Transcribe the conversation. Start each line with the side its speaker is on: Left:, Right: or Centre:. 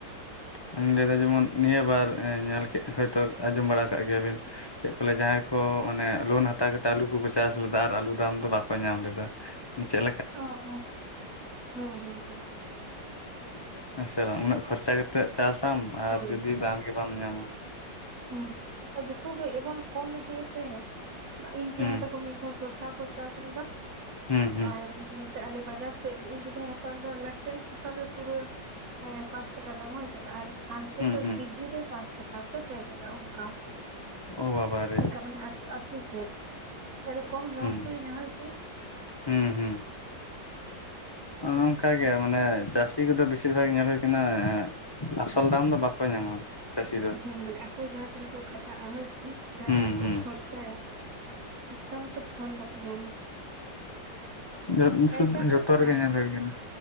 Left: ᱟᱨᱤᱧ ᱞᱟᱹᱭ ᱫᱟ ᱡᱮᱢᱚᱱ ᱱᱤᱭᱟᱹ ᱵᱟᱨ ᱮᱸ ᱧᱮᱞ ᱠᱮᱫ, ᱦᱚᱭᱛᱳ ᱟᱸᱡᱚᱢ ᱵᱟᱲᱟ ᱠᱟᱜ ᱜᱮᱭᱟᱵᱮᱱ ᱪᱮᱫ ᱠᱚ ᱞᱟᱹᱭᱟ ᱡᱟᱦᱟᱸᱭ ᱠᱚ ᱢᱟᱱᱮ ᱞᱳᱱ ᱦᱟᱛᱟᱣ ᱠᱟᱛᱮᱫ ᱟᱞᱩ ᱠᱚᱠᱚ ᱪᱟᱥ ᱞᱮᱫᱟ ᱟᱨ ᱟᱞᱩ ᱫᱟᱢ ᱫᱚ ᱵᱟᱠᱚ ᱧᱟᱢ ᱞᱮᱫᱟ᱾ <unintelligible>
Right: ᱚ ᱚ ᱦᱮᱸ ᱦᱮᱸ ᱦᱮᱸ᱾
Left: ᱦᱮᱸ ᱥᱮ ᱵᱟᱝ, ᱩᱱᱟᱹᱜ ᱠᱷᱚᱨᱪᱟ ᱠᱟᱛᱮᱫ ᱪᱟᱥᱟᱢ ᱟᱨ
Right: ᱦᱳᱭ
Left: ᱡᱩᱫᱤ ᱫᱟᱢ ᱜᱮ ᱵᱟᱢ ᱧᱟᱢᱟ᱾
Right: ᱦᱩᱸ ᱟᱨ ᱡᱚᱛᱚ ᱜᱮ ᱮᱢᱚᱱ ᱠᱚᱢ ᱤᱫᱤᱜ-ᱟ ᱥᱮ ᱤᱧ ᱛᱮᱭᱟᱝ
Left: ᱦᱩᱸ
Right: ᱛᱟᱠᱚ ᱢᱤᱫ ᱫᱷᱟᱣ ᱥᱚᱥᱟ ᱠᱚ ᱪᱟᱥ ᱞᱮᱫᱟ
Left: ᱦᱩᱸ ᱦᱩᱸ
Right: ᱟᱨ ᱱᱚᱛᱮ ᱟᱞᱮ ᱵᱟᱡᱟᱨ ᱥᱮᱫ ᱤᱧ ᱡᱚᱠᱷᱚᱱᱤᱧ ᱦᱟ ᱛᱟᱣ ᱞᱮᱫᱟ ᱢᱮᱫᱴᱮᱱ ᱫᱚᱥᱟᱨ ᱜᱮ ᱯᱩᱨᱟᱹ ᱦᱮᱸ ᱯᱟᱸᱪ ᱴᱟᱠᱟ ᱫᱟᱢ ᱦᱳᱭᱥᱮ ᱟᱨ ᱦᱟᱱᱛᱮ
Left: ᱦᱩᱸ
Right: ᱫᱚ
Left: ᱦᱩᱸ
Right: ᱠᱮᱡᱤ ᱨᱮ ᱯᱟᱸᱪ ᱴᱟ ᱠᱟ ᱥᱮ ᱯᱮ ᱴᱟᱠᱟ ᱚᱱᱠᱟ᱾
Left: ᱳ ᱵᱟᱵᱟᱨᱮ
Right: ᱚᱱᱠᱟ ᱢᱟᱱᱮ ᱟᱹᱛᱩ ᱟᱹᱛᱩ ᱛᱮ, ᱟᱫᱚ ᱠᱚᱢ ᱞᱚᱥ
Left: ᱦᱩᱸ
Right: ᱦᱩᱭᱱᱟ ᱦᱳᱭ ᱥᱮ᱾
Left: ᱦᱩᱸ ᱦᱩᱸ᱾ ᱚ ᱚᱱᱠᱟ ᱜᱮ ᱢᱟᱱᱮ ᱪᱟᱹᱥᱤ ᱠᱚᱫᱚ ᱵᱮᱥᱤᱨ ᱵᱷᱟᱜᱽ ᱧᱮᱞ ᱦᱩᱭ ᱠᱟᱱᱟ ᱮ ᱟᱥᱚᱞ ᱫᱟᱢ ᱫᱚ ᱵᱟᱠᱚ ᱧᱟᱢᱟ᱾ ᱪᱟᱹᱥᱤ ᱫᱚ
Right: ᱦᱮᱸ ᱢᱟᱱᱮ ᱟᱠᱚ ᱡᱟᱦᱟᱸ ᱛᱤᱱᱟᱹᱜ ᱠᱚ ᱠᱷᱟᱴᱟᱜ-ᱟ ᱦᱳᱭ ᱥᱮ᱾ ᱡᱟᱦᱟᱸ
Left: ᱦᱩᱸ
Right: ᱛᱤᱱᱟᱹᱜ ᱠᱚ
Left: ᱦᱩᱸ
Right: ᱠᱷᱚᱨᱪᱟᱭᱟ, ᱚᱱᱠᱟ ᱢᱚᱛᱚ ᱯᱷᱚᱞ ᱵᱟᱠᱚ ᱧᱟᱢ ᱫᱟ᱾
Left: ᱡᱷᱚ ᱥᱩᱫᱩ
Right: ᱪᱟᱱᱥ
Left: ᱡᱷᱚᱛᱚ
Right: ᱨᱮᱠᱚ
Left: ᱨᱮᱜᱮ ᱧᱮᱞ ᱦᱩᱭ ᱠᱟᱱᱟ,